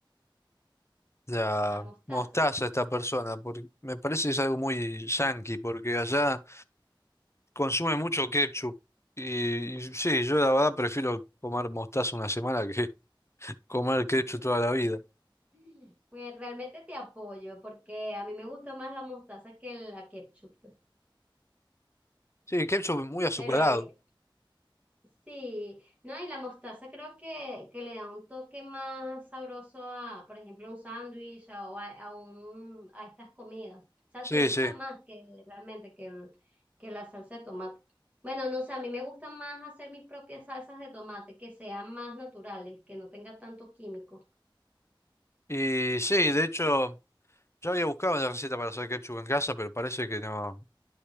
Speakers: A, on the left; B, on the right.
A: la
B: La mostaza.
A: mostaza a esta persona, porque me parece que es algo muy yankee, porque allá consume mucho ketchup. Y, y sí, yo la verdad prefiero comer mostaza una semana que comer ketchup
B: <laughs>
A: toda la vida.
B: Pues realmente te apoyo porque a mí me gusta más la mostaza que la ketchup.
A: Sí, ketchup muy azucarado.
B: Pero hay, Sí, no, y la mostaza creo que, que le da un toque más sabroso a, por ejemplo, un sándwich a- o a, a un, a estas comidas. O sea,
A: Sí,
B: se usa
A: sí.
B: más que realmente que, el- que la salsa de tomate. Bueno, no sé, a mí me gusta más hacer mis propias salsas de tomate, que sean más naturales, que no tenga tanto químico.
A: Y sí, de hecho, yo había buscado una receta para hacer ketchup en casa, pero parece que no,